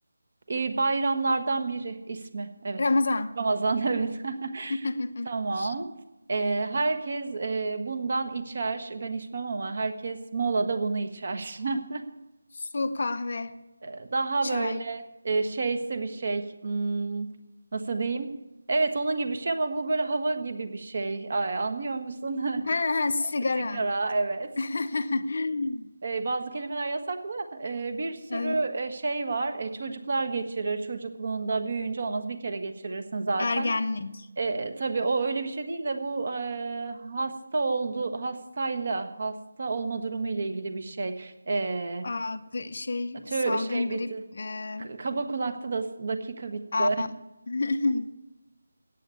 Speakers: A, on the right (about 45°); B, on the left (about 25°).
A: e, bayramlardan biri ismi. Evet.
B: Ramazan.
A: Ramazan <laughs> evet.
B: <laughs>
A: Tamam. Ee, herkes e, bundan içer. Ben içmem ama herkes molada bunu içer. <laughs>
B: Su, kahve,
A: E, Daha
B: çay.
A: böyle e, şeysi bir şey. Hmm, nasıl diyeyim? Evet onun gibi bir şey ama bu böyle hava gibi bir şey. Ay, anlıyor musun?
B: Ha,
A: <laughs>
B: ha sigara.
A: Sigara evet.
B: <laughs>
A: E, bazı kelimeler yasaklı. E, bir sürü
B: Evet,
A: e, şey var. E, çocuklar geçirir. Çocukluğunda büyüyünce olmaz. Bir kere geçirirsin zaten.
B: ergenlik.
A: E, tabii o öyle bir şey değil de bu e, hasta oldu hastayla hasta olma durumu ile ilgili bir şey. E,
B: Aa, gri- şey
A: tö
B: salgın
A: şey bitti
B: grip. e,
A: K- Kaba kulakta da dakika bitti.
B: aa. <laughs>